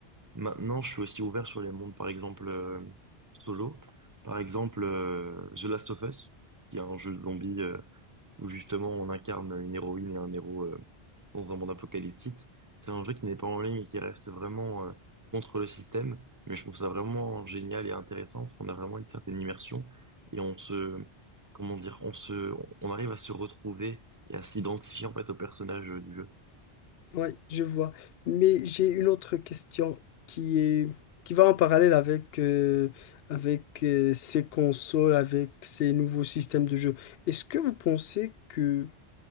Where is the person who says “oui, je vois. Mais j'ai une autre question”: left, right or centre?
Left